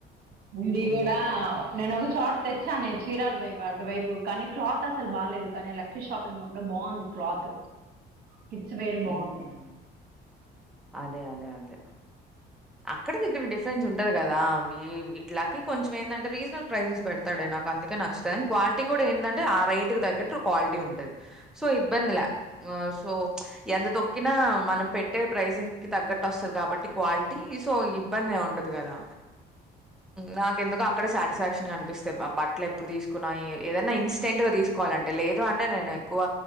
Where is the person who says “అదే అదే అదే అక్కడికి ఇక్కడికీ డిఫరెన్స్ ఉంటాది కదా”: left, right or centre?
Centre